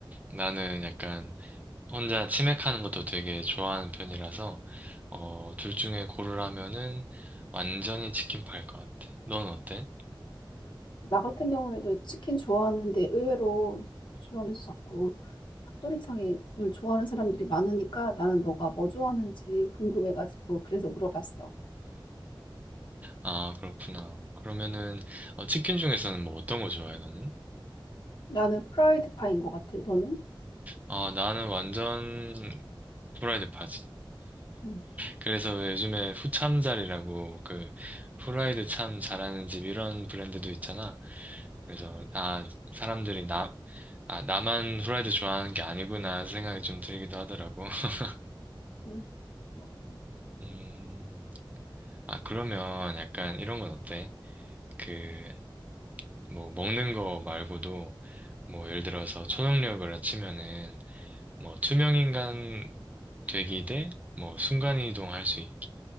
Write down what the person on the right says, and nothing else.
나는 약간 혼자 치맥하는 것도 되게 좋아하는 편이라서 어, 둘 중에 고르라면은 완전히 치킨파일 것 같아. 넌 어때?
아, 그렇구나. 그러면은 어, 치킨 중에서는 뭐 어떤 거 좋아해, 너는?
어, 나는 완전 프라이드 파지.
그래서 왜 요즘에 후참잘이라고 그 후라이드 참 잘하는 집 이런 브랜드도 있잖아. 그래서 아 사람들이 나 아, 나만 후라이드 좋아하는 게 아니구나 생각이 좀 들기도 하더라고. <laughs>
음, 아 그러면 약간 이런 건 어때? 그 뭐 먹는 거 말고도 뭐 예를 들어서 초능력을 치면은 뭐 투명인간 되기 대 뭐 순간이동 할 수 있기